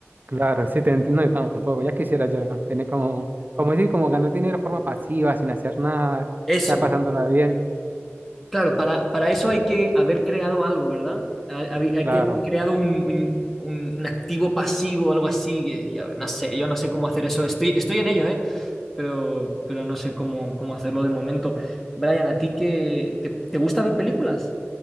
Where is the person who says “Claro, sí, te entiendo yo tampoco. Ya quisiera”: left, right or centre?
Right